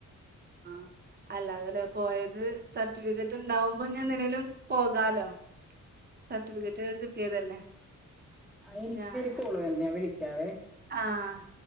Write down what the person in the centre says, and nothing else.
ആഹ് എനിക്കൊരു
കോള് വരുന്നു, ഞാൻ വിളിക്കാവേ